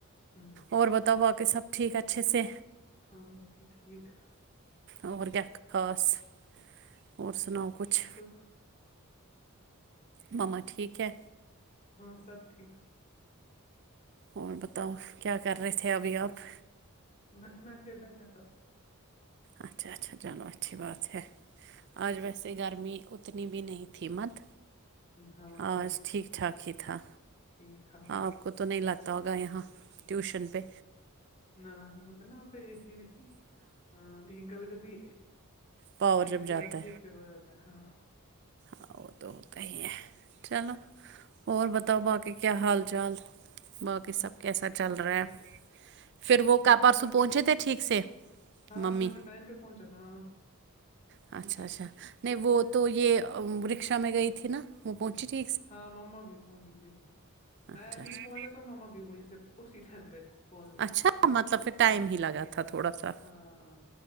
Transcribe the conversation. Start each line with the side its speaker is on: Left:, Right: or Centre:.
Left: ہوں ہوں
Right: اور بتاؤ باقی سب ٹھیک اچھے سے
Left: ہاں باقی ٹھیک
Right: اور کیا خاص اور سناؤ
Left: بس
Right: کچھ
Left: ٹھیک اور
Right: مما ٹھیک ہے
Left: ہاں سب ٹھیک
Right: اور بتاؤ کیا کر رہے تھے ابھی آپ
Left: بس میںیسے ہی بیٹھا تھا
Right: اچھا اچھا چلو اچھی بات ہے آج ویسے گرمی ا اتنی بھی نہیں تھی مت
Left: ہاں
Right: اور
Left: ہاں
Right: ٹھیک ٹھاک ہی تھا
Left: ٹھیک ہے ن
Right: آپ کو تو نہیں لگا ہوگا یہاں ٹیوشن پہ
Left: نہ نہ بت ہے نا وہاں پہ اے سی وی سی ہاں لیکن کبھی کبھی
Right: پاور
Left: لائٹ
Right: جب جاتا
Left: جاتی ہے پھر ہو جاتا ہے ہاں
Right: ہاں وہ تو ہوتا ہی ہے چلو اور بتاؤ باقی کیا حال چال باقی
Left: بس
Right: سب کیسا
Left: باقی
Right: چل
Left: ٹھیک
Right: رہا ہے پھر وہ
Left: ٹھیک
Right: کا پرسوں
Left: ہی چل رہا
Right: پہنچے
Left: ہے۔
Right: تھے ٹھیک سے
Left: ہاں
Right: ممی
Left: میں جو ٹائم پہ پہنچا تھا ہاں
Right: اچھا اچھا نہیں وہ تو یہ رکشا میں گئی تھی نا وہ پنی ت
Left: ہاں مما بھی پہنچی تھی میں
Right: اچھا اچھا
Left: بھی پہنچا تو ماما بھی وہیں سے اسی ٹائم پہ پہنچ گئی
Right: اچھا
Left: تھی
Right: مطلب کہھر ٹائم
Left: ہوں
Right: ہی لگا تھا تھوڑا سا
Left: ہاں